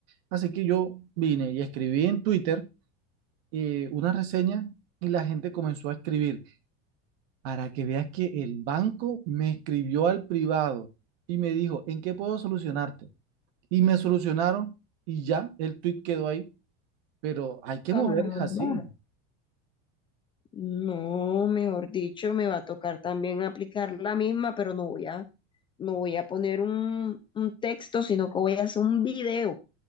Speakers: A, on the right; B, on the left.
A: Así que yo vine y escribí en Twitter eh, una reseña y la gente comenzó a escribir. Para que veas que el banco me escribió al privado y me dijo, ¿en qué puedo solucionarte? Y me solucionaron y ya, el tweet quedó ahí. Pero hay que
B: Caramba.
A: moverles así.
B: No, mejor dicho, me va a tocar también aplicar la misma, pero no voy a, no voy a poner un, un texto, sino que voy a hacer un video.